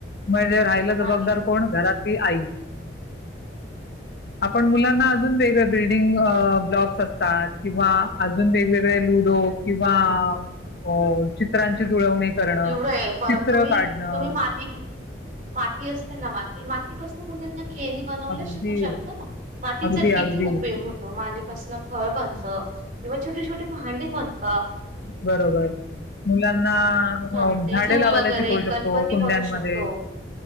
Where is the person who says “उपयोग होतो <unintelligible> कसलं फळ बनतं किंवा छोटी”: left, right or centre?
Right